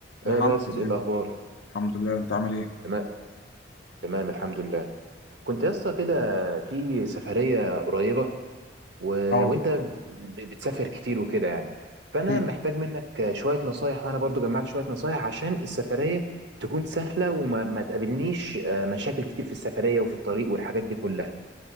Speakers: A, on the left; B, on the right.
A: يا
B: آه
A: حمزة
B: باسل
A: ازيك
B: ايه الاخبار
A: الحمد لله انت عامل ايه
B: تمام تمام الحمد لله كنت يا اسطى كده في سفريه قريبه و...
A: اه
B: وانت ب... بتسافر كتير وكده يعني فانا
A: مم.
B: محتاج منك شويه نصايح وانا برضو جمعت شويه نصايح عشان السفريه تكون سهله وما ما تقابلنيش آه، مشاكل كتير في السفريه وفي الطريق والحاجات دي كلها